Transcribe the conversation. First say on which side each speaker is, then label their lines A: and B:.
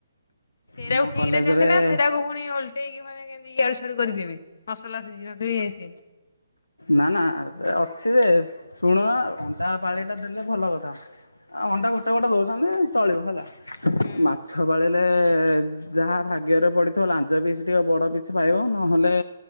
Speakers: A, on the left (about 60°); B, on the left (about 90°).
A: ସେଇଟାକୁ
B: ଆମ
A: ଠିକ
B: କଲେଜରେ
A: ରେ ଦିଅନ୍ତି ନା ସେଇଟାକୁ ପୁଣି ଓଲଟେଇକି ମାନେ କେମିତି ଇଆଡୁ ସିଆଡୁ କରିକି ଦେବେ ମସଲା ସିଝିନ ଦେବେ ଇଏ ସିଏ।
B: ନା ନା ଅଛି ଯେ। ଶୁଣୁନ ଅଣ୍ଡା ପାଳିଟା ଦେଲେ ଭଲ କଥା ଆଉ ଅଣ୍ଡା ଗୋଟେ ଗୋଟେ ଦଉଛନ୍ତି ଚଳିବ ହେଲା। ମା।
A: ହୁଁ
B: ମାଛ ପାଳିରେ ଯାହା ଭାଗ୍ୟରେ ପଡ଼ିଥିବ ଲାଞ୍ଜ ପିସ୍ ଟିକେ ବଡ଼ ପିସ୍ ପାଇବ ନହେଲେ।